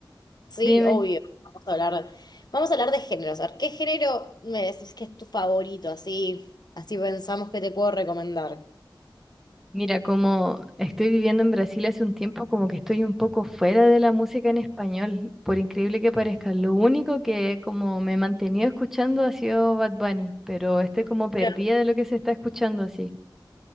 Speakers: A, on the left (about 55°); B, in the centre.
A: Sí,
B: dime.
A: obvio. Vamos a hablar, vamos a hablar de géneros. A ver, ¿qué género me decís que es tu favorito? Así, así pensamos que te puedo recomendar.
B: Mira, como estoy viviendo en Brasil hace un tiempo, como que estoy un poco fuera de la música en español, por increíble que parezca. Lo único que como me he mantenido escuchando ha sido Bad Bunny, pero estoy como perdida
A: Mira,
B: de lo que se está escuchando así.